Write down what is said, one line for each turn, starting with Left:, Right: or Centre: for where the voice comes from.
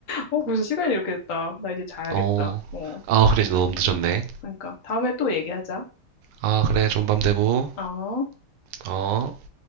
Left: 어, 벌써 시간이 이렇게 됐다. 나 이제 자야겠다.
Right: 어,
Left: 어,
Right: 아,
Left: 다,
Right: 그래, 너무 늦었네.
Left: 그러니까 다음에 또 얘기하자.
Right: 아, 그래, 좋은 밤 되고,
Left: 어.
Right: 어.